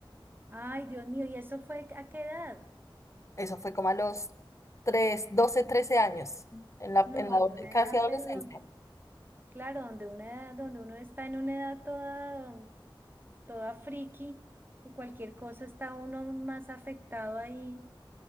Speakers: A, on the right; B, on the left.
A: Ay, Dios mío, ¿y eso fue a qué edad?
B: <laughs> Eso fue como a los tres doce 13 años, en la,
A: No,
B: en la,
A: en
B: adole-
A: una
B: casi
A: edad,
B: adolescencia.
A: pero donde, claro, donde una edad, donde uno está en una edad toda, toda friki, que cualquier cosa está uno más afectado ahí.